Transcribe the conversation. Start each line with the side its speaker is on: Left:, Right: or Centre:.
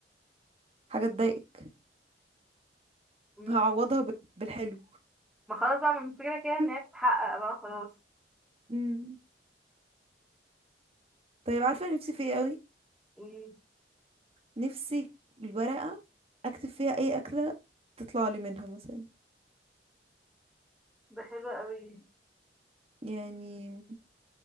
Right: حاجة تضايقك
Centre: <laughs> مم.
Right: هعوضها ب... بالحلو
Centre: ما خلاص بقى من فكرة كده ان
Right: <laughs>
Centre: هي تتحقق بقى خلاص
Right: مم. طيب عارفة نفسي في ايه قوي
Centre: مم.
Right: نفسي الورقة اكتب فيها اي اكلة تطلع لي منها مثلا
Centre: ده حلو قوي
Right: يعني